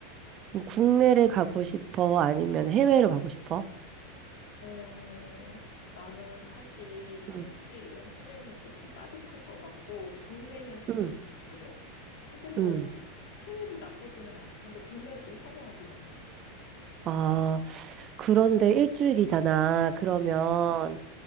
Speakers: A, on the right; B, on the left.
A: 그럼 국내를 가고 싶어? 아니면 해외로 가고 싶어?
B: 어, 나는 사실
A: 응,
B: 일주일은 해외는 조금 빠듯할 것 같고 국내면 좋기는
A: 응,
B: 좋거든. 근데 뭐
A: 응.
B: 해외도 나쁘지는 않아. 근데 국내를 좀 선호하기는 해.
A: 아, 그런데 일주일이잖아. 그러면
B: 어.